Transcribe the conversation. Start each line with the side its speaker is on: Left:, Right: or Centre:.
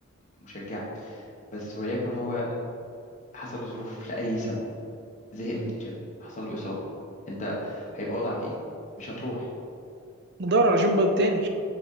Left: مشجعه بس وليكن هو حصل له ظروف لاي سبب زهق من الجيم حصل له اصابه انت هيبقى وضعك ايه مش هتروح
Right: ندور على جنب تاني